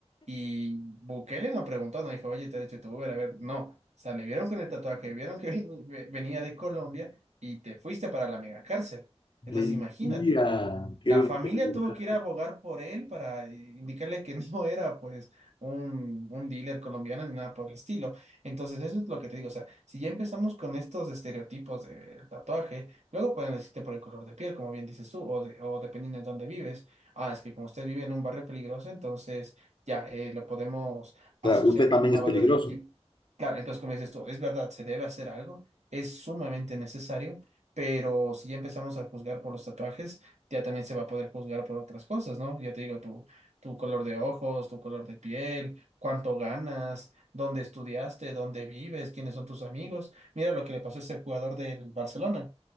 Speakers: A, on the right; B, on the left.
A: y Bukele no preguntó, no dijo, oye, ¿te eres youtuber? A ver, no. O sea, le vieron con el tatuaje, vieron que <laughs> venía de Colombia y te fuiste para la mega cárcel. Entonces,
B: Mentira.
A: imagínate.
B: Qué
A: La
B: brutalidad.
A: familia tuvo que ir a abogar por él para eh, indicarle que <laughs> no era pues un, un dealer colombiano ni nada por el estilo. Entonces eso es lo que te digo, o sea, si ya empezamos con estos estereotipos de tatuaje, luego pueden decirte por el color de piel, como bien dices tú, o, de- o dependiendo de dónde vives. Ah, es que como usted vive en un barrio peligroso, entonces ya eh, lo podemos
B: Claro,
A: asociar
B: usted
A: con
B: también
A: una
B: es
A: banda
B: peligroso.
A: delictiva. Claro, entonces como dices tú, es verdad, se debe hacer algo, es sumamente necesario, pero si ya empezamos a juzgar por los tatuajes, ya también se va a poder juzgar por otras cosas, ¿no? Ya te digo, tu, tu color de ojos, tu color de piel, cuánto ganas, dónde estudiaste, dónde vives, quiénes son tus amigos. Mira lo que le pasó a este jugador del Barcelona,